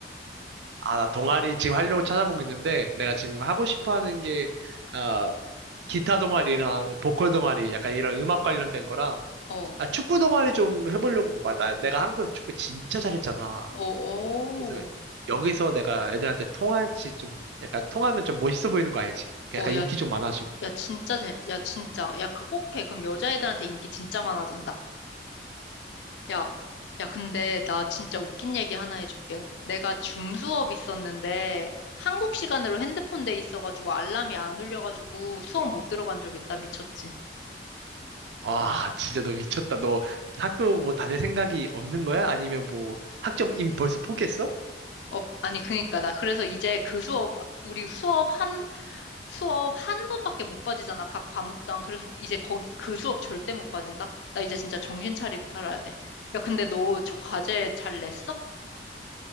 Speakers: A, on the right (about 70°); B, on the left (about 75°).
A: 아, 나 동아리 지금 하려고 찾아보고 있는데 내가 지금 하고 싶어 하는 게, 아, 기타 동아리랑 보컬 동아리 약간 이런 음악 관련된 거랑,
B: 어.
A: 아, 축구 동아리 좀 해보려고. 막 나, 내가 한국에서 축구 진짜 잘했잖아.
B: 어, 오.
A: 그래서 여기서 내가 애들한테 통할지 좀, 약간 통하면 좀 멋있어 보이는 거 알지? 약간
B: 어, 야,
A: 인기 좀 많아지고.
B: 야, 진짜, 재, 야, 진짜. 야, 그거 꼭 해. 그럼 여자애들한테 인기 진짜 많아진다. 야, 야, 근데 나 진짜 웃긴 얘기 하나 해줄게. 내가 줌 수업 있었는데 한국 시간으로 핸드폰 돼 있어가지고 알람이 안 울려가지고 수업 못 들어간 적 있다. 미쳤지.
A: 와, 진짜 너 미쳤다. 너 학교 뭐 다닐 생각이 없는 거야? 아니면 뭐 학점 임 벌써 포기했어?
B: 어, 아니, 그니까. 나 그래서 이제 그 수업, 우리 수업 한, 수업 한 번밖에 못 빠지잖아. 각 과목당. 그래서 이제 거기, 그 수업 절대 못 빠진다. 나 이제 진짜 정신 차리고 살아야 돼. 야, 근데 너 첫 과제 잘 냈어?